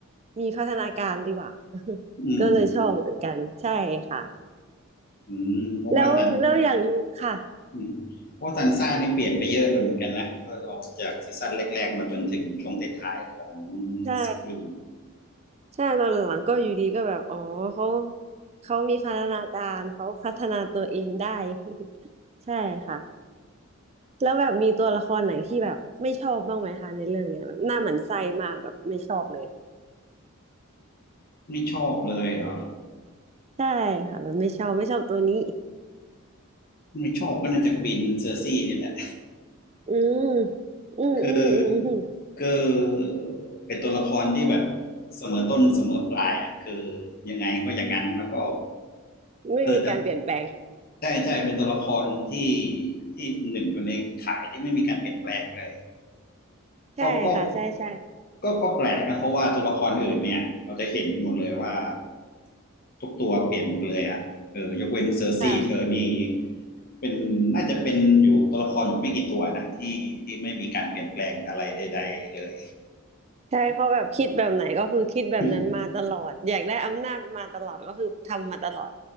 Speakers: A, on the right (about 30°); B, on the left (about 45°).
A: มีพัฒนาการดีกว่า
B: อืม
A: <laughs> ก็เลยชอบเหมือนกันใช่ค่ะ
B: อืมเพราะว่าสัน
A: แล้วแล้วอย่างหนึงค่ะ
B: อืมเพราะซันซ่านี่เปลี่ยนไปเยอะเหมือนกันนะถ้าเราจากซีซั่นแรกๆมาจนถึงช่วงท้ายๆของ
A: ใช่
B: ซีรีส์
A: ใช่ตอนหลังๆก็อยู่ดีก็แบบอ๋อเขาเขามีพัฒนาการเขาพัฒนาตัวเองได้ <laughs> ใช่ค่ะแล้วแบบมีตัวละครไหนที่แบบไม่ชอบบ้างไหมคะในเรื่องเนี้ยแบบหน้าหมันไส้มากแบบไม่ชอบเลย
B: ไม่ชอบเลยเหรอ่ะ
A: ใช่ค่ะแบบไม่ชอบไม่ชอบตัวนี้
B: ไม่ชอบก็น่าจะกวินเซอร์ซี่นี่แหละ
A: อืมอืมอืมอืมอืม
B: <laughs> คือคือเป็นตัวละครที่แบบเสมอต้นเสมอปลายอ่ะคือยังไงก็อย่างนั้นแล้วก็
A: ไม่มีการเปลี่ยนแปลง
B: เออแต่ใช่ใช่เป็นตัวละครที่ที่หนึ่งอยู่ในข่ายที่ไม่มีการเปลี่ยนแปลงเลย
A: ใช่ค่ะใช่ใช่
B: ก็ก็ก็ก็แปลกนะเพราะว่าตัวละครอื่นเนี่ยเราจะเห็นหมดเลยว่า ทุกตัวเปลี่ยนหมดเลยอ่ะเออยกเว้นเซอร์ซี่เธอนี่
A: ค่ะ
B: เป็นน่าจะเป็นอยู่ตัวละครอยู่ไม่กี่ตัวนะที่ที่ไม่มีการเปลี่ยนแปลงอะไรใดๆเลย
A: ใช่เขาแบบคิดแบบไหนก็คือคิดแบบนั้นมาตลอดอยากได้อำนาจมาตลอดก็คือทำมาตลอด
B: <coughs>